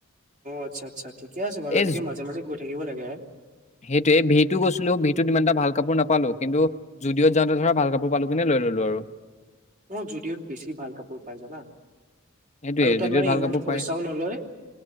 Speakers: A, on the right; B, on the left.
A: আচ্ছা, আচ্ছা, ঠিকে আছে বাৰু
B: এই
A: এনেকে মাজে মাজে গৈ থাকিব লাগে হ
B: সেইটোৱে ভহিটো গৈছিলো ভহটোত ই এটা ভাল কাপোৰ নাপালো কিন্তু ষ্টুডিঅত যাওঁতে ধৰা ভাল কাপোৰ পালো কিনে লৈ ললো আৰু
A: অ', যদিঅত বেছি ভাল কাপোৰ পাই জানা
B: সেইটোৱে
A: আৰু তাত
B: যদি
A: মানে
B: ভাল
A: ইমান
B: কাপোৰ
A: পইচাও
B: পায়
A: নলয়